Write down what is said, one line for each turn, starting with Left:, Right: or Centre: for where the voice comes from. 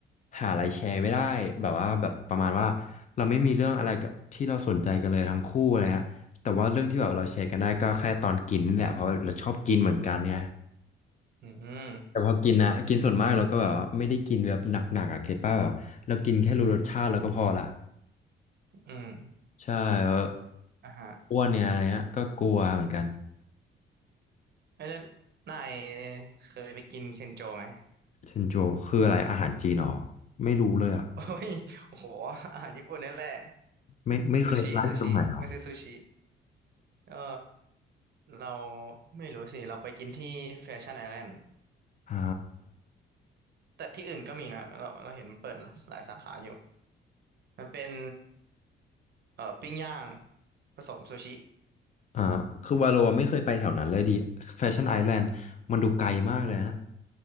Left: หาอะไรแชร์ไม่ได้แบบว่าแบบประมาณว่าเราไม่มีเรื่องอะไรกับที่เราสนใจกันเลยทั้งคู่อะไรเงี้ยแต่ว่าเรื่องที่แบบเราแชร์กันได้ก็แค่ตอนกินนี่แหละเพราะว่าเราชอบกินเหมือนกันเนี่ย
Right: อืม
Left: แต่พอกินนะกินส่วนมากเราก็แบบว่าไม่ได้กินแบบหนักๆอ่ะเข็ดป่ะแบบเรากินแค่รู้รสชาติเราก็พอละ
Right: อืม
Left: ใช่แล้ว
Right: อ่ะฮะ
Left: อ้วนเนี่ยอะไรเงี้ยก็กลัวเหมือนกัน
Right: เอ้ยแล้วนายเคยไปกินเทนโจไหม
Left: เชนโจคืออะไรอาหารจีนหรอไม่รู้เลยอ่ะ
Right: <laughs> โอ้ยโอ้โหอาหารญี่ปุ่นนี่แหละ
Left: ไม่ไม่เคยร้านอยู่ตรงไหนหรอ
Right: ซูชิซูชิมันคือซูชิ ก็เราไม่รู้สิเราไปกินที่แฟชั่นไอแลนด์
Left: อ่า
Right: แต่ที่อื่นก็มีนะเราเราเห็นมันเปิดหลายสาขาอยู่มันเป็นเอ่อปิ้งย่างผสมซูชิ
Left: อ่าคือวาโลไม่เคยไปแถวนั้นเลยดิแฟชั่นไอแลนด์มันดูไกลมากเลยนะ